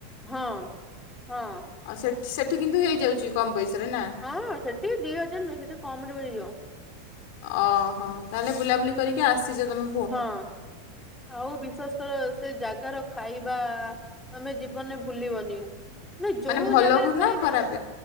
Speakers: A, in the centre; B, on the left.
A: ହଁ ହଁ
B: ସେଠି ସେଠି କିନ୍ତୁ ହେଇଯାଉଛି କମ୍ ପଇସାରେ ନା
A: ହଁ ସେଠି ଦି ହଜାର ନୁହେଁ ସେଠି କମ୍ ରେ ମିଳିଯିବ
B: ଓହୋ ତା ହେଲେ ବୁଲାବୁଲି କରିକି ଆସିଛ ତମେ
A: ହଁ ଆଉ ବିଶ୍ବାସ କର ସେ ଜାଗାର ଖାଇବା ତମେ ଜୀବନରେ ଭୁଲିବନି ତମେ ଯୋଉ
B: ମାନେ ଭଲକୁ
A: ଜାଗାରେ ଖାଇବ
B: ନା ଖରାପ